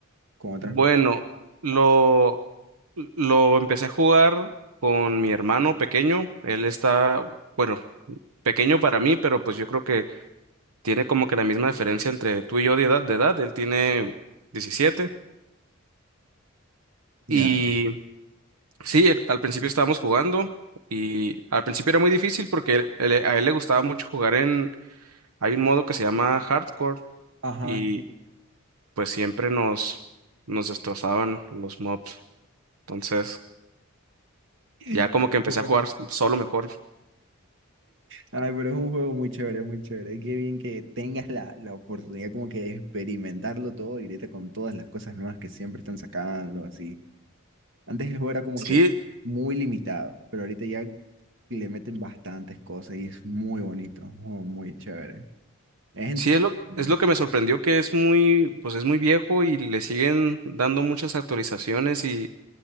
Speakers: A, on the right (about 55°); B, on the right (about 85°).
A: con otras?
B: Bueno, lo, lo empecé a jugar con mi hermano pequeño. Él está, bueno, pequeño para mí, pero pues yo creo que tiene como que la misma diferencia entre tú y yo de edad, de edad. Él tiene diecisiete
A: Ya.
B: Y sí, e- al principio estábamos jugando y al principio era muy difícil porque él- él- a él le gustaba mucho jugar en, hay un modo que se llama Hardcore
A: Ajá.
B: y pues siempre nos, nos destrozaban los mobs. Entonces...
A: <laughs>
B: Ya como que empecé
A: Perdón.
B: a jugar solo mejor.
A: Ay, pero es un juego muy chévere, muy chévere. Y qué bien que tengas la, la oportunidad como que de experimentarlo todo y ahorita con todas las cosas nuevas que siempre están sacando, así. Antes el juego era como
B: Sí,
A: que muy limitado, pero ahorita ya le meten bastantes cosas y es muy bonito, un juego muy chévere. Es entretenido.
B: sí es lo, es lo que me sorprendió que es muy, pues es muy viejo y le siguen dando muchas actualizaciones y,